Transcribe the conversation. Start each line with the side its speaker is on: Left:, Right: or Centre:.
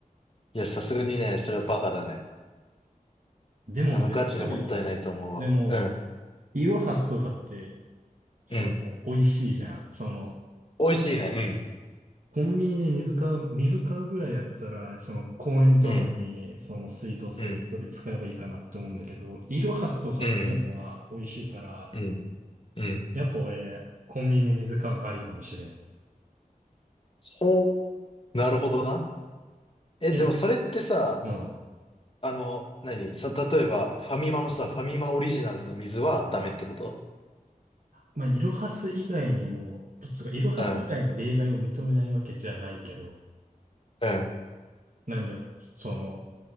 Left: いや、さすがにね、それはバカだね。
Right: でもやっぱり、
Left: あの、ガチでもったいないと思うわ。
Right: でも、
Left: うん、
Right: イロハスとかって、その、
Left: うん。
Right: 美味しいじゃん。その、
Left: 美味しいね。
Right: コンビニで水買う、水買うぐらいやったら、その公園とかに、
Left: うん、うん、
Right: その水道水、
Left: うん、
Right: それ使えばいいかなって思うんだけど、イロハスとかそういうのは美味しいから、
Left: うん、うん、うん。
Right: やっぱ俺、コンビニで水買うのありかもしれん。
Left: ほう。なるほどな。え、
Right: え、
Left: でもそれってさ、
Right: うん。
Left: あの、何さ、例えば、ファミマのさ、ファミマオリジナルの水はダメってこと
Right: まあ、イロハス以外にも、つうか、イロハス以外の例外を認めないわけじゃないけど、
Left: うん、うん、
Right: なんだろう、その、